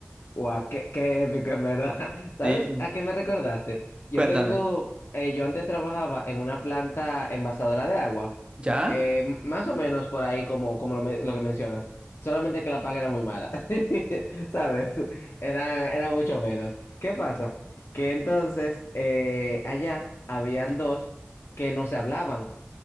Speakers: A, on the left; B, on the right.
A: Guau, qué, qué épico, en verdad. <laughs> ¿Sabes
B: Sí.
A: a qué me recordaste? Yo
B: Cuéntame.
A: tengo, eh, yo antes trabajaba en una planta envasadora de agua,
B: ¿Ya?
A: eh, m- más o menos por ahí como, como lo, me- lo que mencionas, solamente que la paga era muy mala, <laughs> ¿sabes? Era, era mucho menos. ¿Qué pasa? Que entonces eh, allá habían dos que no se hablaban.